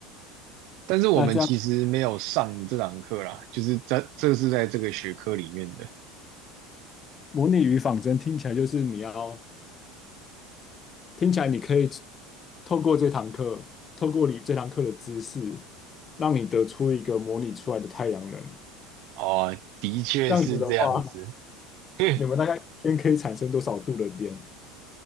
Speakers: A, on the right; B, on the left.
A: 但是我们其实没有上这堂课啦，
B: 那这样
A: 就是这这是在这个学科里面的。
B: 模拟与仿真听起来就是你要听起来你可以透过这堂课，透过你这堂课的知识，让你得出一个模拟出来的太阳能。
A: 哦，的确是这样子。
B: 这样子的话，
A: <laughs>
B: 你们大概一天可以产生多少度的电？